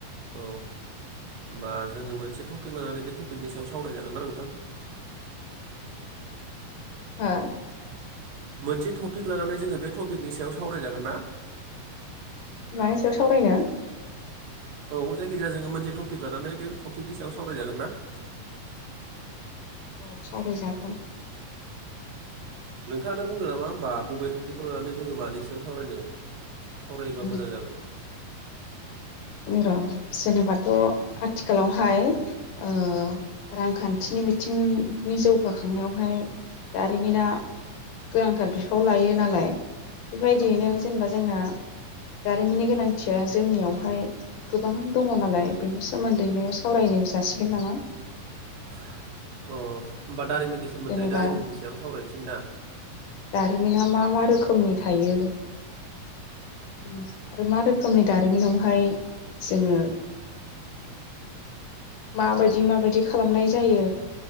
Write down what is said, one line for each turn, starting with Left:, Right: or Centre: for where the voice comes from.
Right: औ होमबा जोङो मोनसे टपिक लानानै बे टपिकनि सायाव सावरायजागोन ना नोंथां <inaudible>
Left: हा
Right: मोनसे टपिक लानानै जोङो बे टपिकनि सायाव सावरायजागोन ना
Left: मानि सायाव सावरायनो
Right: औ जायखिजाया जोङो मोनसे टपिक लानानै बे टपिकनि सायाव सावरायजागोन ना <inaudible>
Left: औ सावरायजागोन
Right: <inaudible> नोंथाङानो बुंदो नामा होमबा बबे टपिकखौ लानानै जोङो मानि सायाव सावरायनो सावरायोबा
Left: उम
Right: मोजां जागोन
Left: र जेनेबाथ' आथिखालावहाय ओ रांखान्थिनि बिथिं नि जौगाखांनायावहाय दारिमिना गोनांथार बिफाव लायो नालाय बेबायदियैनो
Right: औ
Left: जेनेबा जोंना दारिमिननि गोनांथिया जोंनियावहाय गोबां दङ नालाय बेनि सोमोन्दैनो सावरायनाय जासिगोन नामा
Right: <unintelligible> अ होमबा दारिमिननि सोमोन्दै
Left: जेनेबा
Right: दारिमिननि सायाव सावरायनोसै ना
Left: रिमिना मा मा रोखोमनि थायो उम आरो मा रोखोमनि दारिमिनावहाय जोङो
Right: <inaudible>
Left: माबायदि माबायदि खालामनाय जायो